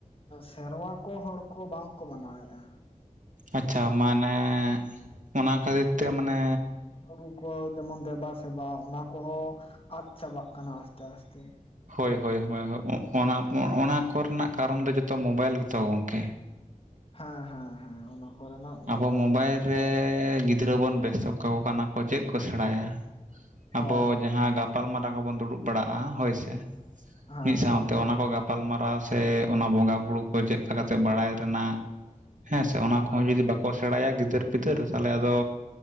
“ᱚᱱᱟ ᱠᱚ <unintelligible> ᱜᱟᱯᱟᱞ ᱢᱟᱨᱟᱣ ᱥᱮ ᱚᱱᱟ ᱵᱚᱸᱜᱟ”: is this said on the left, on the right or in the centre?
Right